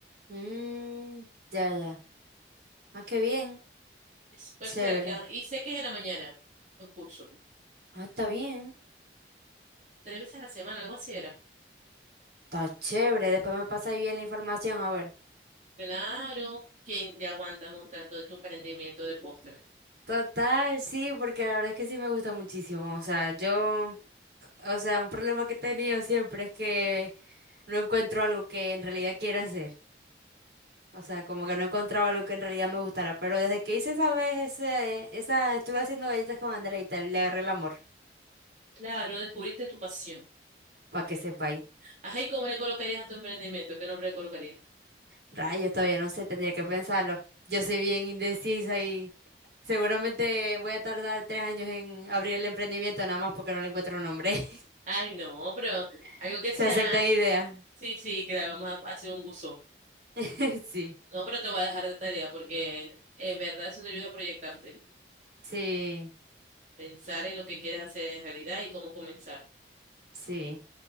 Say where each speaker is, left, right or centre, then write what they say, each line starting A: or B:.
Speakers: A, on the right; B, on the right.
A: Mm, ya, ya. Ah, qué bien,
B: Es súper
A: chévere.
B: cerca y sé que es en la mañana los cursos.
A: Ah, está bien,
B: Tres veces a la semana, algo así era.
A: está chévere, después me pasa bien la información, a ver.
B: Claro, ¿quién te aguanta montando tu emprendimiento de postres?
A: Total, sí, porque la verdad es que sí me gusta muchísimo, o sea, yo, o sea, un problema que he tenido siempre es que no encuentro algo que en realidad quiera hacer. O sea, como que no encontraba algo que en realidad me gustara. Pero desde que hice esa vez, ese, esa, estuve haciendo galletas con Andrea y tal, le agarré el amor,
B: Claro, descubriste tu pasión.
A: para que sepa ahí.
B: Ajá, ¿y cómo le colocarías a tu emprendimiento? ¿Qué nombre le colocarías?
A: Rayos, todavía no sé, tendría que pensarlo. Yo soy bien indecisa y seguramente voy a tardar tres años en abrir el emprendimiento nada más porque no le encuentro nombre.
B: Ay, no, pero algo
A: <laughs>
B: que sea.
A: Se aceptan ideas.
B: Sí, sí, claro, vamos a hacer un buzón.
A: <laughs> Sí,
B: No, pero te voy a dejar de tarea porque en verdad eso te ayuda a proyectarte.
A: sí,
B: Pensar en lo que quieres hacer en realidad y cómo comenzar.
A: sí.